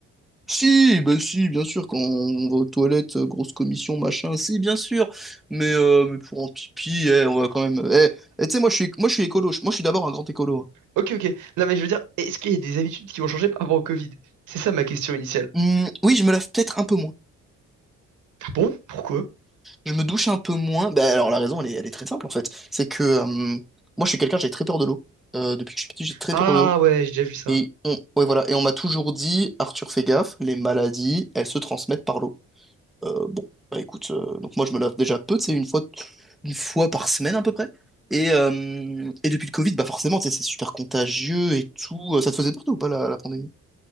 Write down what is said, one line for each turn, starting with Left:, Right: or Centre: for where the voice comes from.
Centre: Si, bah si, bien sûr, quand on va aux toilettes, euh, grosse commission, machin, si, bien sûr. Mais, euh, mais pour un pipi, eh, on va quand même... Eh, eh, tu sais, moi, je suis, moi, je suis écolo. Moi, je suis d'abord un grand écolo. hein.
Right: Ok, ok. Non, mais je veux dire, est-ce qu'il y a des habitudes qui ont changé par rapport au Covid? C'est ça ma question initiale.
Centre: Hum, oui, je me lave peut-être un peu moins.
Right: Ah bon? Pourquoi?
Centre: Je me douche un peu moins. Bah, alors la raison, elle est, elle est très simple en fait. C'est que euh, moi, je suis quelqu'un, j'ai très peur de l'eau. Euh, depuis que je suis petit, j'ai très
Right: Ah
Centre: peur de l'eau.
Right: ouais, j'ai déjà vu ça.
Centre: Et on, ouais, voilà. Et on m'a toujours dit, Arthur, fais gaffe, les maladies, elles se transmettent par l'eau. Euh, bon, bah écoute, euh, donc moi, je me lave déjà peu, c'est une fois, une fois par semaine à peu près. Et, euh, et depuis le Covid, bah forcément, tu sais, c'est super contagieux et tout. Euh, Ça te faisait peur toi, ou pas la, la pandémie?